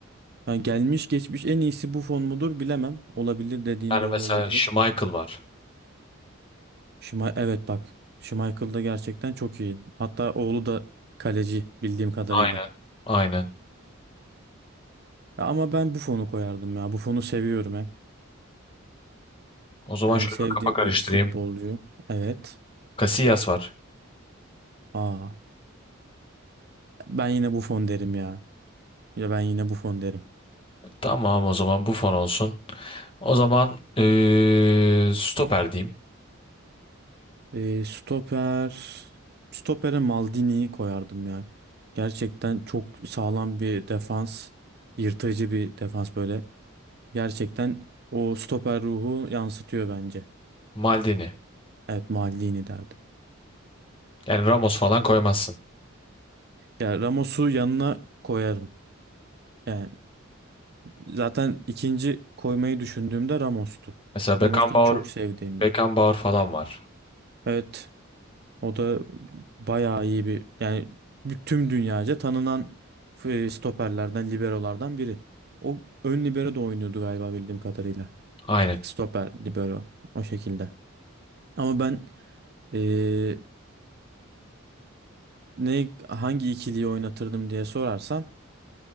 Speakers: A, on the right; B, on the left.
A: Yani gelmiş geçmiş en iyisi Buffon mudur bilemem. Olabilir dediğin
B: Yani
A: doğru
B: mesela
A: olabilir.
B: Schmeichel var.
A: Şuma evet bak. Schmeichel da gerçekten çok iyi. Hatta oğlu da kaleci bildiğim kadarıyla.
B: Aynen. Aynen.
A: Ya Ama ben Buffon'u koyardım ya. Buffon'u seviyorum hem.
B: O zaman
A: Yani
B: şöyle
A: sevdiğim
B: bir kafa
A: bir
B: karıştırayım.
A: futbolcu. Evet.
B: Casillas var.
A: Aa, ben yine Buffon derim ya. Ya ben yine Buffon derim.
B: Tamam o zaman Buffon olsun. O zaman eee, stoper diyeyim.
A: Ee, stoper stopere Maldini'yi koyardım ya. Gerçekten çok sağlam bir defans. Yırtıcı bir defans böyle. Gerçekten o stoper ruhu yansıtıyor bence.
B: Maldini.
A: Evet Maldini derdim.
B: Yani Ramos falan koymazsın.
A: Ya Ramos'u yanına koyarım. Yani zaten ikinci koymayı düşündüğümde Ramos'tu.
B: Mesela Beckenbauer,
A: Ramos da çok sevdiğim
B: Beckenbauer
A: bir.
B: falan var.
A: Evet, o da bayağı iyi bir yani tüm dünyaca tanınan e, stoperlerden, liberolardan biri. O ön libero da oynuyordu galiba bildiğim kadarıyla.
B: Aynen.
A: Stoper, libero o şekilde. Ama ben e, ne hangi ikiliyi oynatırdım diye sorarsan